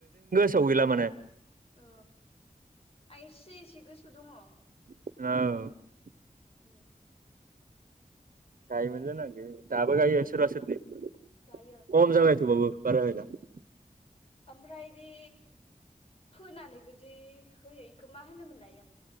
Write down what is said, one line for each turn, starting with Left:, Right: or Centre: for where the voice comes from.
Right: सहैला माने
Left: अ आं एसे एसे गोसो दङ
Right: औ
Left: उम
Right: गायमोन जोंहा गोल दाबो गायो सोरबा सोरबि खम
Left: गायो
Right: जाबाय थेवबाबो बारायला गायला
Left: आमफ्रायदि फोनानैबो जि होयोै बेखौ मा होनोमोनलाय आं